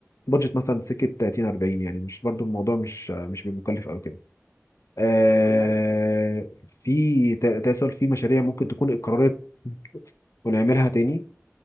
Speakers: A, on the left; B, on the right.
A: بادجت مثلا سكه 30 40 يعني مش برضو الموضوع مش مش بالمكلف او كده آه
B: يا عم ماشي
A: في تا- تسول في مشاريع ممكن تكون اتكررت ونعملها تاني